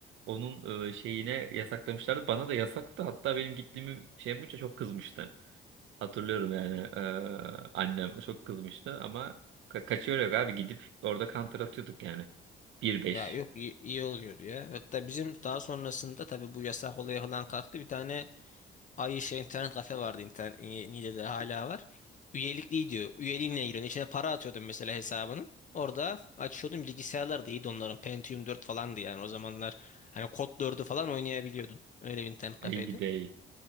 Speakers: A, on the right; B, on the left.
A: Onun e, şeyine yasaklamışlardı. Bana da yasaktı. Hatta benim gittiğimi şey yapınca çok kızmıştı. Hatırlıyorum yani e, annem çok kızmıştı ama ka kaçıyor yok abi gidip orada counter atıyorduk yani. bir beş
B: ya yok iyi, iyi oluyordu ya. Hatta bizim daha sonrasında tabii bu yasak olayı falan kalktı bir tane Ay şey internet kafe vardı internet Niğde'de hala var. Üyelikli diyor. Üyeliğinle giriyorsun. İçine para atıyordun mesela hesabının. Orada açıyordun bilgisayarlar da iyiydi onların. Pentium 4 falandı yani o zamanlar. Hani Kod dördü falan oynayabiliyordun. Öyle bir internet kafeydi.
A: İyi gidey.